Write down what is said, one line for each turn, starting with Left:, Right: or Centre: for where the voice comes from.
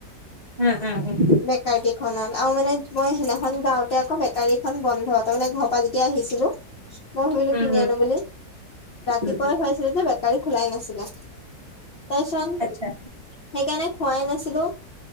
Right: উম, উম, উম।
Left: বেকাৰী খনত আৰু মানে মই সেইদিনাখন গাওঁতে আকৌ বেকাৰী খন বন্ধ তাৰ মানে ঘৰৰ পৰা যেতিয়া আহিছিলো। মই ভাবিলো
Right: উম উম
Left: কিনি আনো বুলি ৰাতিপুৱাই
Right: উম উম
Left: হয়। বেকাৰী খোলাই নাছিলে তাৰিছত
Right: আচ্ছা
Left: সেইকাৰণে খোৱাই নাছিলো